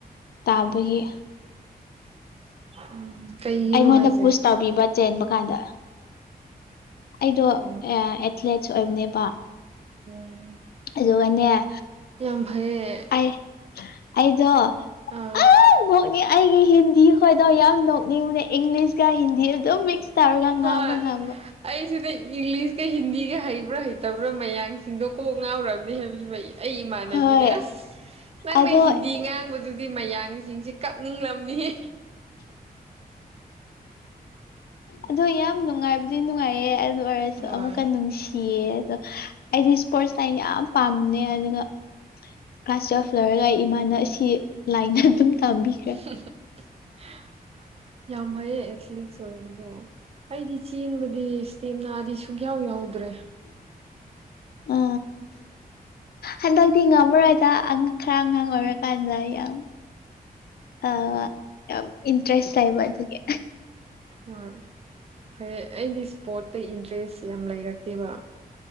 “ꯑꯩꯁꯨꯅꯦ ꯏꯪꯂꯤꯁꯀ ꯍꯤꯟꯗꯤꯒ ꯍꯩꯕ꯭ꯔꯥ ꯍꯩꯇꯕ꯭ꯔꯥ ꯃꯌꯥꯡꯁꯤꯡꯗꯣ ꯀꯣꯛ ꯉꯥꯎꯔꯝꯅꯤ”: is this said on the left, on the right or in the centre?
Right